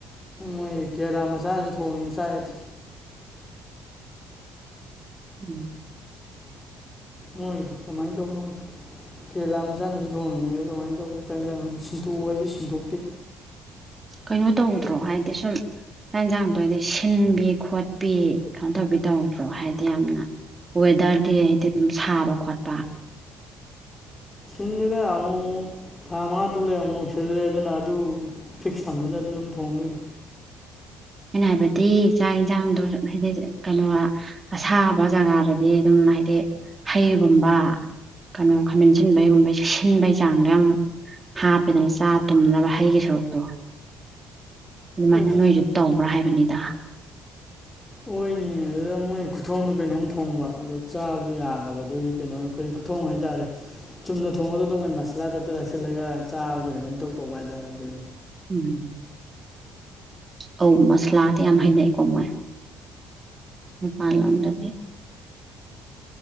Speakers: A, on the left; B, on the right.
A: ꯃꯣꯏ ꯀꯦꯔꯥ ꯃꯆꯥꯅꯁꯨ ꯊꯣꯡꯉꯤ ꯆꯥ ꯌꯥꯗꯦ
B: ꯎꯝ
A: ꯃꯣꯏꯗꯨ ꯀꯃꯥꯏꯅ ꯇꯧꯕꯅꯣ ꯈꯪꯗꯦ ꯀꯦꯔꯦꯂꯥ ꯃꯆꯥꯅꯁꯨ ꯊꯣꯡꯉꯤꯅꯦ ꯑꯦ ꯗꯨ ꯀꯃꯥꯏꯅ ꯇꯧꯕ ꯆꯛ ꯑꯟꯖꯡꯅꯣ ꯁꯤꯟꯇꯣꯛꯑꯣ ꯍꯥꯏꯁꯨ ꯁꯤꯟꯗꯣꯛꯇꯦ
B: ꯀꯩꯅꯣ ꯇꯧꯗ꯭ꯔꯣ ꯍꯥꯏꯗꯤ ꯁꯨꯝ ꯆꯥꯛ ꯌꯦꯟꯁꯥꯡꯗꯣꯏꯗꯤ ꯁꯤꯟꯕꯤ ꯈꯣꯠꯄꯤ ꯀꯩꯅꯣ ꯇꯧꯕꯤ ꯇꯧꯗ꯭ꯔꯣ ꯍꯥꯏꯗꯤ ꯌꯥꯝꯅ ꯋꯦꯗꯔꯗꯤ ꯍꯥꯏꯗꯤ ꯗꯨꯝ ꯁꯥꯕ ꯈꯣꯠꯄ
A: ꯁꯤꯟꯗꯦꯗꯥ ꯑꯃꯨꯛ ꯃꯨꯛ ꯊꯥ ꯃꯉꯥ ꯇꯨꯔꯨꯛ ꯂꯩꯔ ꯑꯃꯨ ꯃꯨꯛ ꯁꯤꯜꯂꯦ ꯑꯗꯨꯅ ꯑꯗꯨ ꯐꯤꯛꯁ ꯊꯝꯕꯗ ꯑꯗꯨ ꯗꯨꯝ ꯊꯣꯡꯗꯣꯏꯅꯤ
B: ꯑꯩꯅ ꯍꯥꯏꯕꯗꯤ ꯆꯥꯛ ꯌꯦꯟꯁꯥꯡꯗꯣ ꯍꯥꯏꯗꯤ <unintelligible> ꯀꯩꯅꯣꯋꯥ ꯑꯁꯥꯕ ꯖꯒꯥꯗꯗꯤ ꯑꯗꯨꯝ ꯍꯥꯏꯗꯤ ꯍꯩꯒꯨꯝꯕ ꯀꯩꯅꯣ ꯈꯥꯃꯦꯟꯁꯤꯟꯕꯩꯒꯨꯝꯕꯩ ꯁꯤꯟꯕꯩ ꯆꯥꯡꯗ ꯌꯥꯝ ꯍꯥꯞꯄꯦꯗꯅ ꯆꯥ ꯇꯨꯝꯅꯕ ꯍꯩꯒꯤ ꯁꯔꯨꯛꯇꯣ ꯑꯗꯨꯃꯥꯏꯅ
A: ꯑꯁ
B: ꯅꯣꯏꯁꯨ ꯇꯧꯕ꯭ꯔꯥ ꯍꯥꯏꯕꯅꯦꯗ
A: ꯍꯣꯏꯅꯦ ꯑꯗꯨꯗ ꯃꯣꯏ ꯈꯨꯊꯣꯡꯗꯣ ꯀꯩꯅꯣꯝ ꯊꯣꯡꯕ ꯑꯗꯨ ꯆꯥꯕꯗꯣ ꯌꯥꯗꯕ ꯑꯗꯨꯒꯤ ꯀꯩꯅꯣ ꯀꯔꯤ ꯈꯨ ꯊꯣꯡ ꯍꯣꯏꯇꯥꯔꯦ ꯆꯨꯝꯅ ꯊꯣꯡꯕꯗꯣ ꯗꯨꯝꯑꯣꯏ ꯃꯁꯂꯥ ꯇꯞꯇ ꯇꯛꯁꯤꯜꯂꯒ ꯆꯥꯕꯗ ꯀꯩꯅꯣꯝ ꯏꯇꯧ ꯇꯧꯕ ꯍꯥꯏꯇꯥꯔꯦ ꯑꯗꯨ
B: ꯎꯝ ꯑꯧ ꯃꯁꯂꯥꯗꯤ ꯌꯥꯝ ꯍꯩꯅꯩꯀꯣ ꯃꯣꯏ ꯃꯄꯥꯟ ꯂꯝꯗꯗꯤ